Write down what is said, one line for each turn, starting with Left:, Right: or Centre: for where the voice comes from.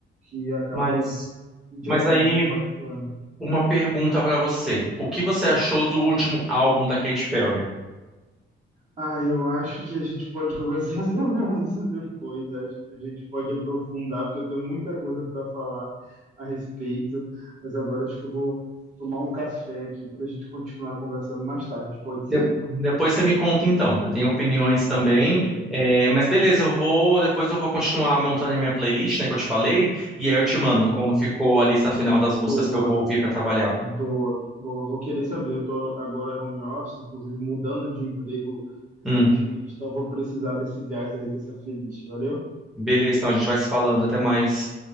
Right: que acabam
Centre: Mas,
Right: diretamente
Centre: mas aí,
Right: compactuando.
Centre: uma pergunta pra você. O que você achou do último álbum da Katy Perry?
Right: Ah, eu acho que a gente pode conversar <laughs> sobre isso depois. Eu Acho que a gente pode aprofundar, porque eu tenho muita coisa para falar a respeito. Mas agora acho que eu vou tomar um café aqui para a gente continuar conversando mais tarde. Pode ser?
Centre: De- depois você me conta então. Eu tenho opiniões também.
Right: Beleza.
Centre: É, mas beleza, eu vou. Depois eu vou continuar montando a minha playlist, né, que eu te falei. E aí eu te mando
Right: Tá bom.
Centre: como ficou a lista final das músicas
Right: Boa,
Centre: que eu vou ouvir pra trabalhar.
Right: boa, boa. Vou querer saber. Eu tô agora em home office, inclusive mudando de emprego recentemente,
Centre: Hum,
Right: então eu vou precisar desse gás aí, dessa playlist. Valeu?
Centre: beleza, então a gente vai se falando. Até mais.